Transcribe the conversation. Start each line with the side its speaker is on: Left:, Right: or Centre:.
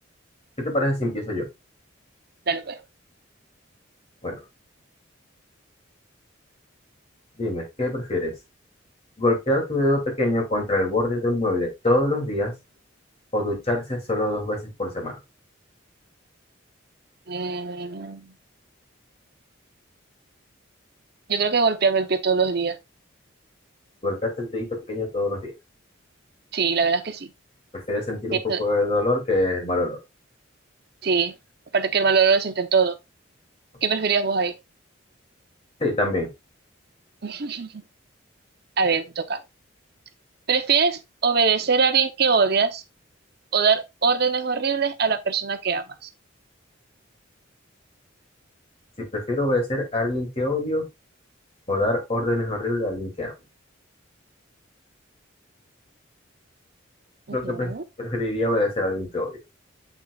Left: qué te parece si empiezo yo?
Right: Dale, pues.
Left: Bueno, dime, ¿qué prefieres? ¿Golpear tu dedo pequeño contra el borde de un mueble todos los días o ducharse solo dos veces por semana?
Right: Mm, yo creo que golpearme el pie todos los días.
Left: Golpearte el dedito pequeño todos los días.
Right: Sí, la verdad es que sí.
Left: ¿Prefieres sentir
Right: Eso-
Left: un poco de dolor que el mal olor?
Right: sí. Aparte que el valor lo sienten todo.
Left: Ok.
Right: ¿Qué preferías vos ahí?
Left: Sí, también.
Right: <laughs> A ver, me toca. ¿Prefieres obedecer a alguien que odias o dar órdenes horribles a la persona que amas?
Left: Si prefiero obedecer a alguien que odio o dar órdenes horribles a alguien que amo.
Right: Ujú.
Left: Creo que pre- preferiría obedecer a alguien que odio.